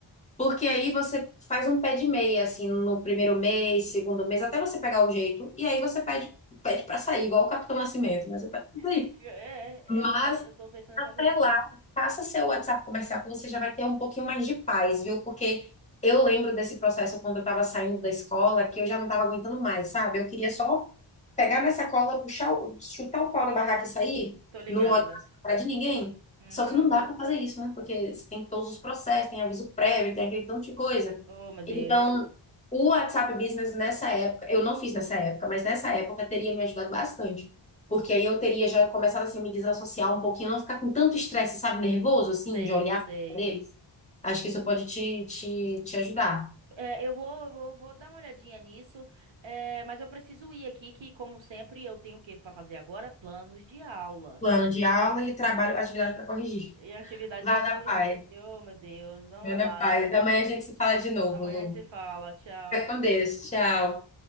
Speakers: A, on the left; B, on the right.
A: porque aí você faz um pé de meia, assim, no primeiro mês, segundo mês, até você pegar o jeito, e aí você pede, pede para sair, igual o Capitão Nascimento, né? Você pede pra sair.
B: Fica- É,
A: Mas
B: é, eu, t- eu tô pensando em
A: até
B: fazer isso.
A: lá,
B: mesmo.
A: faça seu WhatsApp comercial, que você já vai ter um pouquinho mais de paz, viu? Porque eu lembro desse processo quando eu estava saindo da escola, que eu já não estava aguentando mais, sabe? Eu queria só pegar minha sacola, puxar, o- chutar o pau da barraca e sair,
B: Tô ligada.
A: não olhar para de ninguém.
B: Uhum.
A: Só que não dá para fazer isso, né? Porque você tem todos os processos, tem aviso prévio, tem aquele tanto de coisa.
B: Oh, meu Deus.
A: Então, o WhatsApp Business nessa época, eu não fiz nessa época, mas nessa época teria me ajudado bastante. Porque aí eu teria já começado assim, a me desassociar um pouquinho, não ficar com tanto estresse, sabe, nervoso, assim,
B: Sei,
A: de olhar
B: sei.
A: pra deles. Acho que isso pode te, te, te ajudar.
B: É, eu vou, eu vou, vou dar uma olhadinha nisso, é, mas eu preciso ir aqui, que como sempre eu tenho o que para fazer agora? Planos de aula
A: Plano de aula e trabalho, atividade para corrigir.
B: e atividade
A: Lá
B: para corrigir.
A: na paz.
B: Oh, meu Deus, vamos
A: Meu na
B: lá,
A: paz.
B: né?
A: Amanhã a gente se fala de novo,
B: Amanhã
A: Lu.
B: a gente se fala. Tchau.
A: Fica com Deus. Tchau.